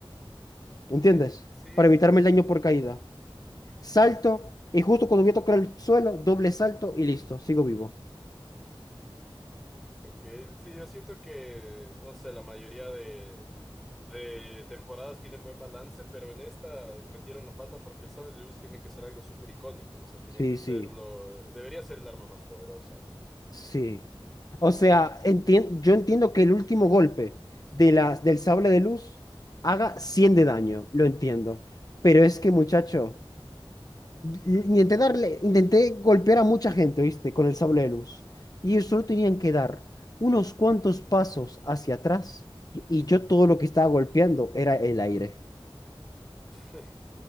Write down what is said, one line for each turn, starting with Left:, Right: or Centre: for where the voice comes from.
Left: ¿Entiendes?
Centre: Eh, sí,
Left: Para
Centre: sí
Left: evitarme
Centre: que sí.
Left: el daño por caída. Salto y justo cuando voy a tocar el suelo, doble salto y listo, sigo vivo.
Centre: Ok, sí, yo siento que, no sé, la mayoría de, de temporadas tienen buen balance, pero en esta metieron la pata porque el sable de luz tiene que ser algo súper icónico, o sea, tiene
Left: Sí,
Centre: que ser
Left: sí,
Centre: lo, debería ser el arma más poderosa, ¿no?
Left: sí. O sea, entien- yo entiendo que el último golpe de las del sable de luz haga 100 de daño, lo entiendo. Pero es que, muchacho, Intenté darle, intenté golpear a mucha gente, ¿viste? Con el sable de luz. Y ellos solo tenían que dar unos cuantos pasos hacia atrás. Y y yo todo lo que estaba golpeando era el aire.
Centre: <laughs>